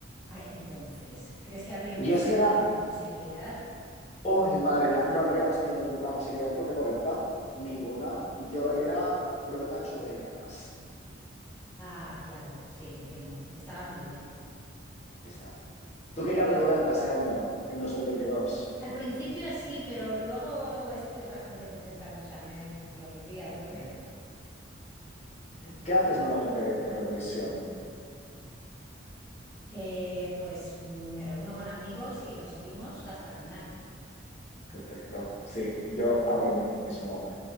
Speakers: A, on the left; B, on the left.
A: ah, entonces? ¿Crees que habríamos
B: Y es
A: tenido
B: que era,
A: alguna posibilidad?
B: ¡oh, madre mía! No, no hubiéramos tenido ninguna posibilidad con Rigoberta, ninguna. Yo era pro Tanchugueras.
A: Ah, claro, sí, entiendo. Estaban muy bien.
B: Está muy bien. ¿Tú querías Rigoberta ese año, en dos mil veintidós.
A: Al principio sí, pero luego estuve bastante contenta con Chanel, lo viví a tope.
B: Muy bien. ¿Qué haces normalmente por Eurovisión?
A: Eh, pues me reúno con amigos y lo seguimos hasta el final.
B: Perfecto. Sí, yo hago lo mismo.